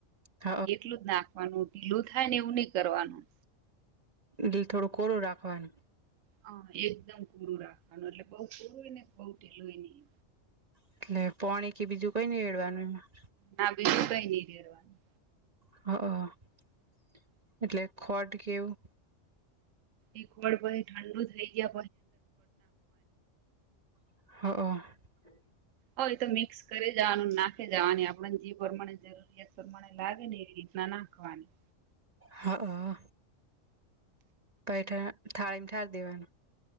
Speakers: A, on the right; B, on the right.
A: હ
B: એટલું જ નાખવાનું ઢીલું થાય ને એવું ની કરવાનું
A: દિલ થોડું કોરુ રાખવાનું
B: હા એકદમ પૂરું રાખવાનું એટલે બોવ પૂરુંય ને બોવ ઢેલુંય ની
A: એટલે પોણી કે બીજું કઈ ની રેડવાનું એમાં
B: ના બીજું કઈ ની રેળવાનું
A: હ એટલે ખોટ કેવું
B: એ ખોડ પહી ઠંડુ થઈ ગય
A: હ.
B: હ એ તો મિક્સ કરે જાવાનું નાખે જાવાની આપણને જી પ્રમાણે જરૂરિયાત પ્રમાણે લાગે ને એ રીતના ના નાખવાની
A: હા પૈઠ થાળી થાળ દેવાનું